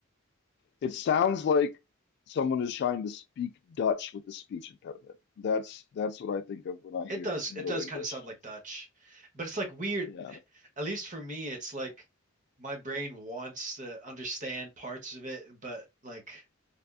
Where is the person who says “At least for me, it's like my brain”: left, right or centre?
Right